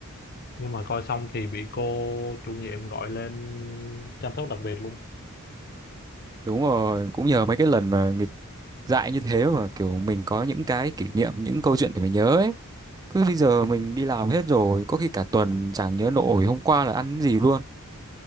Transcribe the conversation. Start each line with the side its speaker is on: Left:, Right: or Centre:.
Left: nhưng mà coi xong thì bị cô chủ nhiệm gọi lên chăm sóc đặc biệt luôn
Right: đúng rồi cũng nhờ mấy cái lần mà nghịch dại như thế mà kiểu mình có những cái kỷ niệm những câu chuyện để mình nhớ ấy cứ bây giờ mình đi làm hết rồi có khi cả tuần chẳng nhớ nổi hôm qua là ăn gì luôn